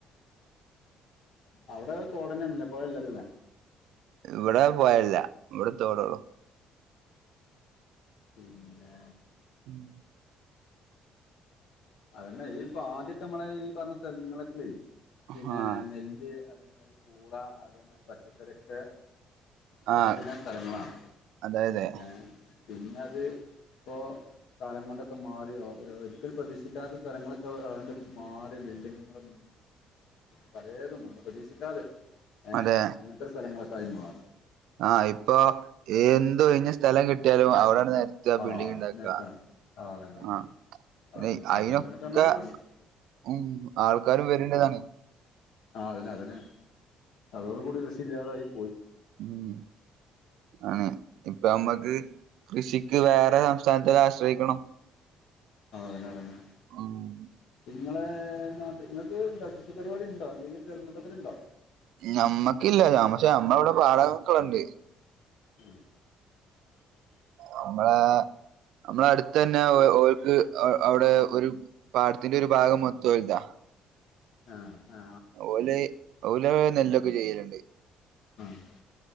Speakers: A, on the left; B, on the right.
A: അവ്ടെ തോടന്നെണ്ല്ലേ പൊഴ ഇല്ലല്ലോ ലേ
B: ഇവടെ പൊഴല്ല ഇവടെ തോടൊള്ളൂ
A: പിന്നെ
B: ഉം
A: അതന്നെ ഈ ഇപ്പൊ ആദ്യൊക്കെ മ്മളെ ഈ പർഞ്ഞ സ്ഥലങ്ങളൊക്കെ പിന്നെ
B: ആഹ്
A: നെല്ല് പൂള അതേമാതിരി പച്ചക്കറിയൊക്കെ ണ്ടാക്കിയ
B: ആഹ്
A: സ്ഥലങ്ങളാണ്
B: അതെയതെ
A: ഏ പിന്നത് ഇപ്പോ കാലം കൊണ്ടൊക്കെ മാറിയോ ഒരിക്കലും പ്രതീക്ഷി ക്കാത്ത സ്ഥലങ്ങളൊക്കെ ആണ്ട് മാറി ബിൽഡിങ്ങ്കളും പലേതും നമ്മൾ പ്രതീക്ഷിക്കാതെ ഏഹ്
B: അതെ
A: അങ്ങൻത്തെ സ്ഥലങ്ങളൊക്കായി മാറി
B: ആഹ് ഇപ്പൊ എന്ത് ഒഴിഞ്ഞ സ്ഥലം കിട്ടിയാലും അവ്ട നര് ഒക്കെ
A: ആ
B: ബിൽഡിങ്ണ്ടാക്ക
A: നേരത്താണ് ആ അതന്നെ അതന്നെ
B: ആഹ് പിന്നെ
A: ആ
B: അയിനൊക്കെ
A: അതുകൊണ്ട് തന്നെ ഇപ്പ നമ്മുടെ കൃഷി
B: ഉം ആൾക്കാര് വര്ണ്ട്ന്നർനീ
A: ആഹ് അതന്നെ അതന്നെ അതോട് കൂടി കൃഷിയില്ലാതൊയി പോയി
B: ഉം ആണ് ഇപ്പം ഞമ്മക്ക് കൃഷിക്ക് വേറെ സംസ്ഥാനത്തിനെ ആശ്രയിക്കണം
A: ആഹ് അതന്നെ അതന്നെ
B: ആഹ്
A: ഇങ്ങളെ നാട്ട് ഇങ്ങക്ക് ണ്ടോ കൃഷി പരിപാടിണ്ടോ എന്തെങ്കിൽ ചെർമട്ടത്തില്ണ്ടോ
B: നമ്മക്കില്ല പക്ഷേ അമ്മളെ ഇവടെ പാഠകകള്ണ്ടെ
A: ഉം <inaudible>
B: നമ്മളെ നമ്മളെ അടുത്ത്തന്നെ ഓൾക്ക് അവിടെ ഒരു പാടത്തിന്റെ ഒരു ഭാഗം മൊത്തം ഓല്താ
A: ആഹ് ആഹ്
B: ഓല ഓല് നെല്ലൊക്കെ ചെയ്ലുണ്ട്
A: ആഹ്